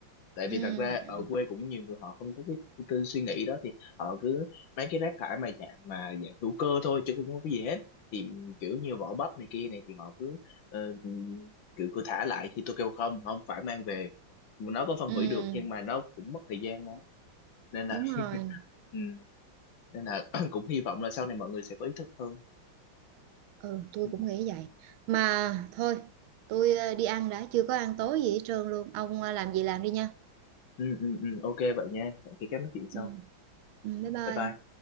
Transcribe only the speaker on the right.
Ừm,
ừm,
đúng rồi
ừ tôi
cũng nghĩ vậy mà thôi tôi ờ, đi ăn đã chưa có ăn tối gì hết trơn luôn ông ờ, làm gì làm đi nha
Ừm, ừm, bye bye